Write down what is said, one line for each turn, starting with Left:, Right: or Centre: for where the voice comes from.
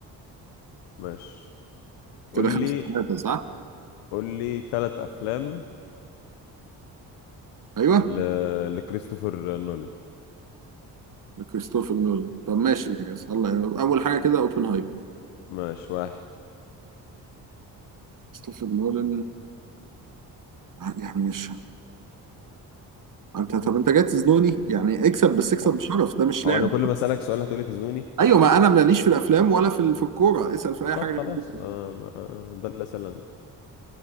Left: ماشي قول
Right: كده خمسة
Left: لي
Right: ثلاثة صح؟
Left: قول لي ثلاث أفلام
Right: ايوه
Left: ل... لكريستوفر نولان
Right: كريستوفر نولان طب ماشي يس. الله اول حاجه كده اوبنهايمر
Left: ماشي واحد
Right: كريستوفر نولان يعني مش انت طب
Left: أيوة.
Right: انت جاي تزنوني يعني اكسب بس اكسب
Left: هو
Right: بشرف ده مش لعب
Left: هو أنا كل ما أسألك سؤال هتقولي تزنوني
Right: ايوه ما انا ماليش في الافلام ولا في في الكوره اسال في اي
Left: طب
Right: حاجه غير
Left: خلاص
Right: دول.
Left: آه آه، ده اللي سألندي